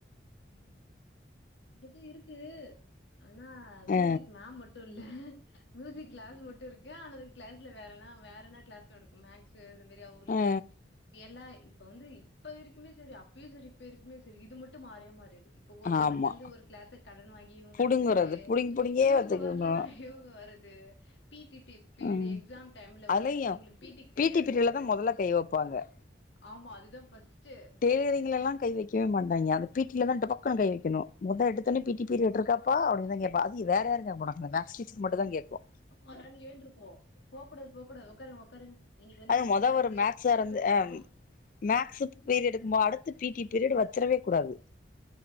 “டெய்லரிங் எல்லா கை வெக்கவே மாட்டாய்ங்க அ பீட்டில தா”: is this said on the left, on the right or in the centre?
Left